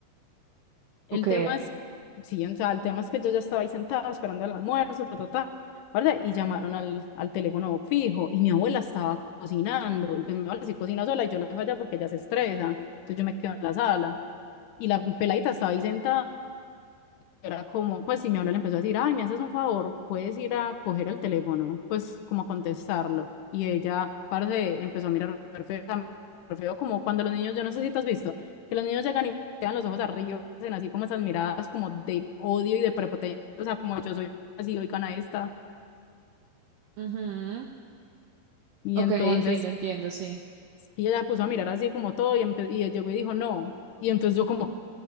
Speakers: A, on the left; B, on the right.
A: El
B: Ok.
A: tema es, sí, o sea, el tema es que yo ya estaba ahí sentada esperando el almuerzo, ta, ta, ta, ¿verdad? Y llamaron al, al teléfono fijo y mi abuela estaba cocinando. y pues mi abuela sí cocina sola y yo la dejo allá porque ella se estresa. Entonces yo me quedo en la sala y la peladita estaba ahí sentada era como, pues si mi abuela le empezó a decir, ay, me haces un favor, puedes ir a coger el teléfono, pues como a contestarlo. Y ella, parce, empezó a mirar re feo, a mirar re feo, como cuando los niños, yo no sé si te has visto, que los niños llegan y dan los ojos arriba, hacen así como esas miradas como de odio y de prepotencia, o sea, como yo soy así, oigan a esta.
B: Ujú.
A: Y
B: Ok,
A: entonces
B: entiendo, entiendo, sí.
A: y ella se puso a mirar así como todo y, empe- y llegó y dijo, no. Y entonces yo como,